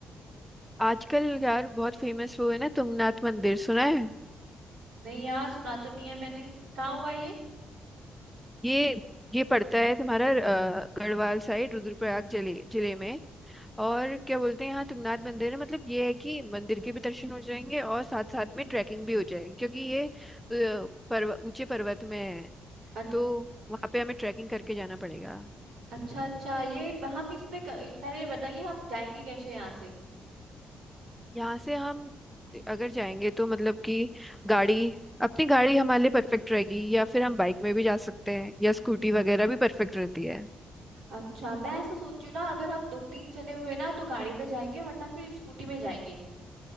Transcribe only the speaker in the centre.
आजकल यार बहुत फेमस वो है ना तुंगनाथ मंदिर सुना है
ये ये पड़ता है तुम्हारा अ, गढ़वाल साइड रुद्रप्रयाग जिले जिले में और क्या बोलते हैं यहाँ तुंगनाथ मंदिर है मतलब ये है कि मंदिर के भी दर्शन हो जाएंगे और साथ साथ में ट्रैकिंग भी हो जाएगी क्योंकि ये अ, पर्व ऊंचे पर्वत में है
तो वहाँ पे हमें ट्रैकिंग करके जाना पड़ेगा
यहाँ से हम अगर जाएंगे तो मतलब कि गाड़ी अपनी गाड़ी हमारे लिए परफेक्ट रहेगी या फिर हम बाइक में भी जा सकते हैं या स्कूटी वगैरह भी परफेक्ट रहती है